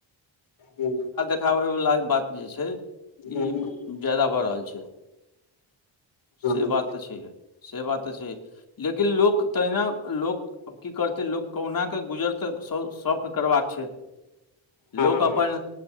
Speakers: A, on the left; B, on the left.
A: हु
B: देखाबै वला बात जे छै ई
A: ह
B: जादा भऽ रहल छै। से
A: ह
B: बात तऽ छैेहे से बात तऽ छैहे लेकिन लोक तहिना लोक आब की करतै लोक कहुना कऽ गुजर तऽ स सबके करबाक छै।
A: हँ
B: लोक
A: हँ
B: अपन